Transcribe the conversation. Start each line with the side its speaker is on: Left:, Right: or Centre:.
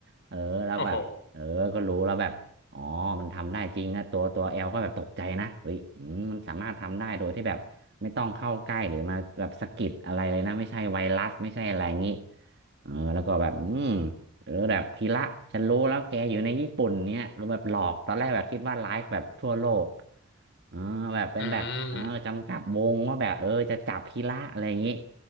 Right: เออแล้วแบบเออก็รู้แล้วแบบอ๋อมันทำได้จริงนะตัวตัวแอลก็แบบตกใจนะเฮ้ยอืมมันสามารถทำได้โดยที่แบบไม่ต้องเข้าใกล้หรือมาแบบสะกิดอะไรเลยนะไม่ใช่ไวรัสไม่ใช่อะไรอย่างงี้
Left: โอ้โห
Right: เออแล้วก็แบบอืมหรือแบบพีระฉันรู้แล้วแกอยู่ในญี่ปุ่นเนี้ยหรือแบบหลอกตอนแรกแบบคิดว่าไลฟ์แบบทั่วโลกเออแบบเป็นแบบเออจำกัดวงว่าแบบเออจะจับพีระอะไรอย่างนี้
Left: อืม